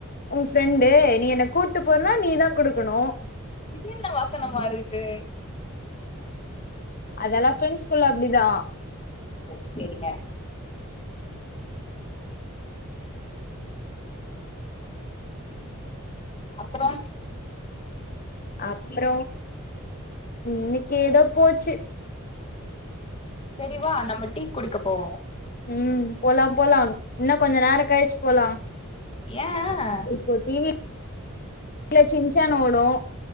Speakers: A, on the left; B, on the left.
A: உ ஃப்ரெண்டு நீ என்ன கூப்புட்டு போறனா நீ தா குடுக்கணு
B: இது என்ன வாசனமா வருது
A: அதல்லா ஃப்ரெண்ட்ஸ்குள்ள அப்டிதா
B: சரிங்க அப்பற
A: அப்பற இன்னிக்கு ஏதோ போச்சு
B: சரிவா நம்ம டீ குடிக்க போவோ
A: ம் போலா போலா இன்னு கொஞ்ச நேர கழிச்சு போலா
B: ஏய
A: இப்போ டிவில சின்ச்சான் ஓடு